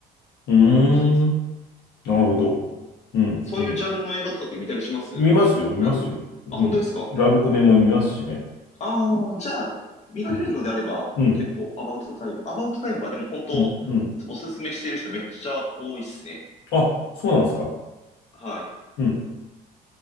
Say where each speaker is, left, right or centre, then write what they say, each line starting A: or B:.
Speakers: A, on the left; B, on the left.
A: うん、
B: 感じですね。
A: うーん。なるほど。うん、
B: そういうジャンルの映画とかって見たりしますラブ。
A: うん。見ますよ、見ますよ。うん。
B: あ、本当ですか
A: ラブコメも見ますしね。
B: ああ、じゃあ、見られるのであれば、
A: うん、うん、
B: 結構、アバウトタイム。アバウトタイムはでも本当、
A: うん、うん。
B: おすすめしてる人めっちゃ多いっすね。
A: あ、そうなんですか。
B: はい。
A: うん。